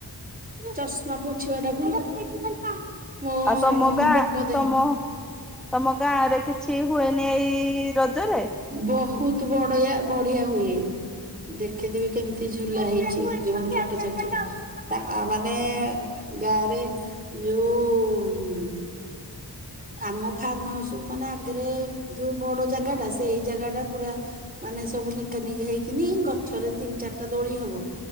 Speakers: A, on the right (about 20°); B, in the centre.
A: ଚଷମା ପୋଛିବା ଟାକୁ- ମୋ
B: ଆଉ ତମ ଗାଁ
A: ପେଟ ଦେହ
B: ତମ ତମ ଗାଁ ଆଡେ କିଛି ହୁଏନି ଏଇ ରଜରେ?
A: ବହୁତ ବଡେଆ ବଢିଆ ହୁଏ। ଦେଖେଇଦେବି କେମିତି ଝୁଲା ହେଇଛି ଯୋଉମାନେ ଫଟୋ ଛାଡିଛନ୍ତି ତାଙ୍କ ମାନେ ଏ ଗାଁ ରେ ଯୋଉ ଆମ ଫାର୍ମ ହାଉସ ମାନେ ଆଗେରେ ଯଉ ବଡ ଜାଗାଟା ସେଇ ଜାଗା ଟା ପୁରା ମାନେ ସବୁ ନିକାନିକି ହେଇକିନି ଗଛରେ ତିନି ଚାରିଟା ଦୋଳି ହବ।